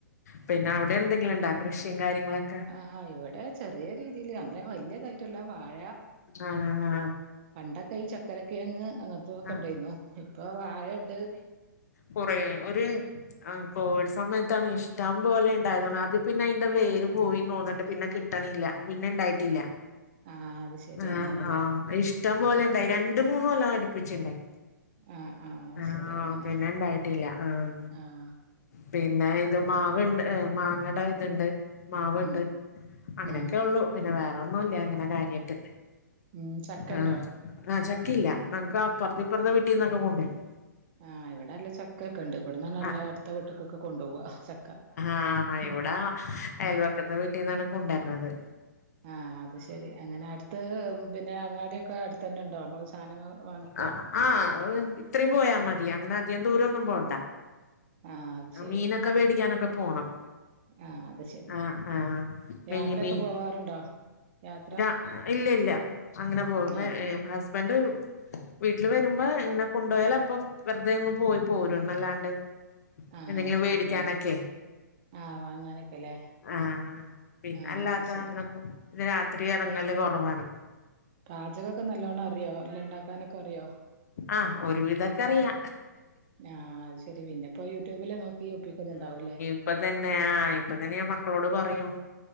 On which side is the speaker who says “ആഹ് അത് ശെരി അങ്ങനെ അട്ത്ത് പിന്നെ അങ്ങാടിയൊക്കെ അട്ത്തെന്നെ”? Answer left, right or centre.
Right